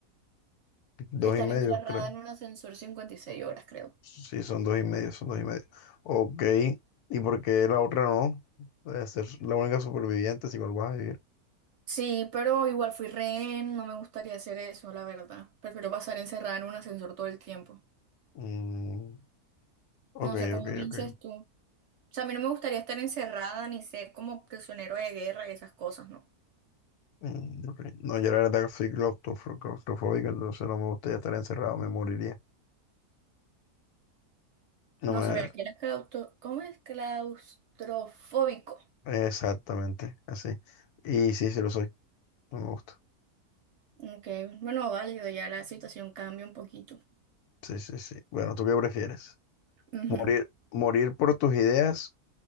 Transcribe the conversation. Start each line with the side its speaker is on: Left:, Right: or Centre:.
Left: dos
Right: Estar
Left: y medio,
Right: encerrada
Left: creo.
Right: en un ascensor 56 horas, creo.
Left: Sí, son dos y medio, son dos y medio. Ok. ¿Y por qué la otra no? De ser la única superviviente si igual vas a vivir.
Right: Sí, pero igual fui rehén, no me gustaría hacer eso, la verdad. Prefiero pasar encerrada en un ascensor todo el tiempo.
Left: Mm, ok,
Right: No sé cómo
Left: ok,
Right: piensas
Left: ok.
Right: tú. O sea, a mí no me gustaría estar encerrada ni ser como prisionero de guerra y esas cosas, ¿no?
Left: Mm, ok. No, yo la verdad que soy claustrofo- claustrofóbico, entonces no me gustaría estar encerrado, me moriría. No
Right: No
Left: me...
Right: sabía que eras claustro... ¿Cómo es claustrofóbico?
Left: Exactamente, así. Y sí, sí lo soy, no me gusta.
Right: Ok, bueno, válido, ya la situación cambia un poquito.
Left: Sí, sí, sí. Bueno, ¿tú qué prefieres?
Right: Ujú.
Left: ¿Morir, morir por tus ideas